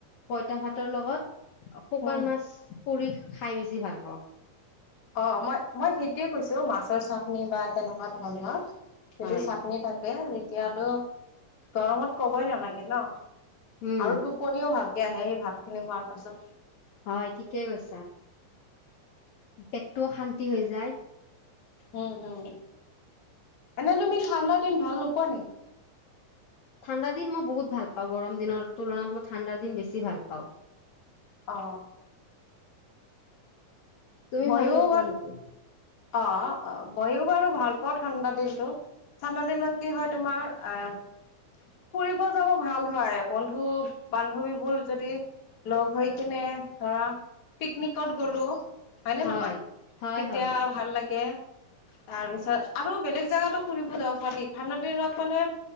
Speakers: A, on the left; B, on the left.
A: পইতা ভাতৰ লগত শুকান
B: উম।
A: মাছ পুৰি খাই বেছি ভাল পাওঁ।
B: অ' মই- মই সেইটোয়ে কৈছো মাছৰ চাটনি বা তেনেকুৱা। ধৰণৰ যদি
A: হয়
B: চাটনি থাকে যেতিয়াতো গৰমত কবই নালাগে নহ।
A: উম
B: আৰু টোপনিও ভালকে আহে সেই ভাত খিনি খোৱাৰ পাছত।
A: হয় ঠিকেই কৈছা পেটটোও শান্তি হৈ যায়।
B: উম। হম এনে তুমি। ঠাণ্ডা দিন ভাল নোপোৱা নেকি?
A: ঠাণ্ডা দিন মই বহুত ভাল পাওঁ গৰম দিনৰ তুলনাত মই ঠাণ্ডাৰ দিন বেছি ভাল পাওঁ।
B: অ।
A: তুমি
B: মইয়ো
A: ভাল নোপোৱা
B: বাৰু
A: নেকি
B: অ অ মইয়ো বাৰু ভাল। পাওঁ ঠাণ্ডা দিনটো ঠাণ্ডা দিনত কি হয় তোমাৰ আহ ফুৰিব যাব ভাল হয়, বন্ধু বান্ধৱীবোৰ যদি লগ হৈ কিনে ধৰা পিকনিকত গলো। হয়নে
A: হয়
B: নহয়
A: হয়
B: তেতিয়া
A: হয়
B: ভাল লাগে। তাৰ পিছত আৰু বেলেগ জাগাতো ফুৰিব যাব পাৰি ঠাণ্ডা দিনত মানে